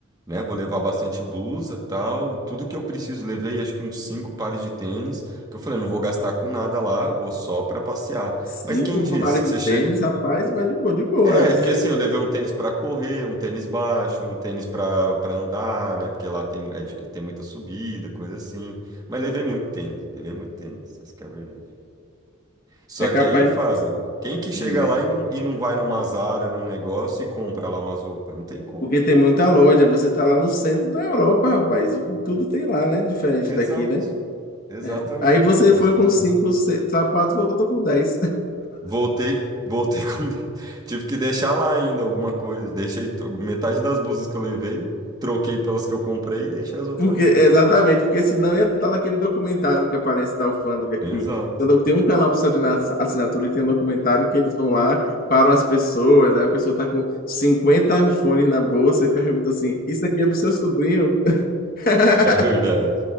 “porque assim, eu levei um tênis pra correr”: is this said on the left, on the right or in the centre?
Right